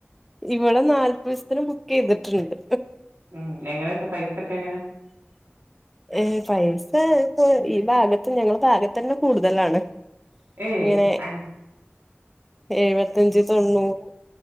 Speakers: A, in the centre; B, on the right (about 60°).
A: ഇവിടെ നാല്പ്പത് ദിവസത്തിന് ബുക്ക് ചെയ്തിട്ടുണ്ട്
B: ഉം എങ്ങനെ പ്പ പൈസ ഒക്കെ എങ്ങനെ?
A: ഏ പൈസ ഇപ്പൊ ഈ ഭാഗത്ത് ഞങ്ങള ഭാഗത്ത് തന്നെ കൂടുതലാണ്.
B: ഏഹ്
A: ഇങ്ങനെ
B: അന്
A: എഴുപത്തഞ്ച് തൊണ്ണൂറ്